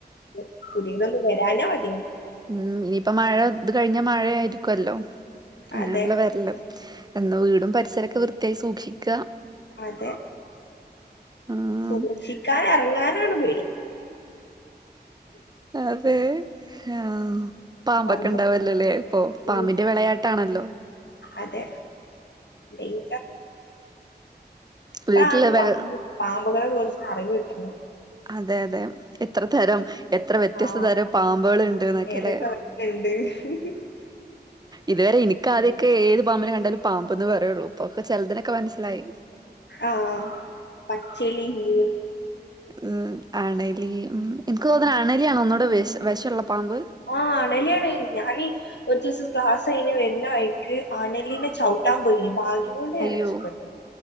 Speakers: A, on the left; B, on the right.
A: പു പുതിയതൊന്നും വരാഞ്ഞാ മതിയാന്നു
B: ഉം ഇനിയിപ്പ മഴ ഇത് കഴിഞ്ഞാ മഴയായിരിക്കുവല്ലോ അങ്ങനാണല്ലോ
A: അതെ
B: വര്ല്. എന്നാ വീടും പരിസരൊക്കാ വൃത്തിയായി സൂക്ഷിക്കാ
A: അതെ
B: ആഹ്
A: സൂക്ഷിക്കാതനെറങ്ങാനാണ് പേടി
B: അതേ ആഹ് പാമ്പക്കെ
A: പറമ്പൊക്കെ
B: ഉണ്ടാവല്ലൊല്ലേ ഇപ്പൊ പാമ്പിന്റെ
A: ഉം
B: വെളയാട്ടാണല്ലോ.
A: അതെ ടെയ്ഞ്ചർ ഇപ്പളാണ്
B: വീട്ടില് വെൾ
A: പാമ്പ് പാമ്പുകളെ കുറിച്ച് അറിവ് കിട്ട്ണ്
B: അതെയതേ എത്ര തരം എത്ര വ്യത്യസ്ത
A: ആഹ്
B: തരം പാമ്പുകള്ണ്ട്ന്നൊക്കെല്ലേ.
A: ഏതൊക്കെ <unintelligible>
B: ഇതുവരെ എനിക്കാദ്യൊക്കെ ഏത് പാമ്പിന കണ്ടാലും പാമ്പ്ന്ന് പറയുള്ളൂ ഇപ്പൊക്ക ചെലതിനൊക്ക മനസ്സിലായി.
A: ആഹ് പച്ചേലീ മൂർ
B: ഉം അണലി എനിക്ക് തോന്നണ് അണലിയാണ് ഒന്നുകൂടെ വെശ് വെശൊള്ള പാമ്പ്.
A: ആഹ് അണലിയാണ് ഞാന് ഒരു ദിവസം ക്ലാസഴിഞ്ഞ് വരുന്ന വഴിക്ക് അണലിനെ ചവുട്ടാൻ പോയിന് ഭാഗ് ഇതുകൊണ്ട് ഞാൻ
B: അയ്യോ
A: രക്ഷപ്പെട്ട്